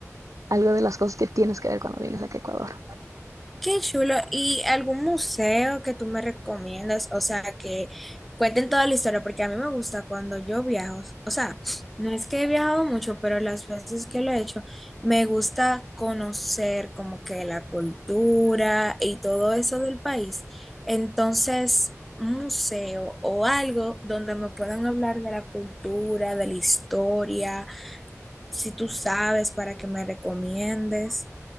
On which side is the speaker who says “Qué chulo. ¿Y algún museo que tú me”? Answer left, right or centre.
Centre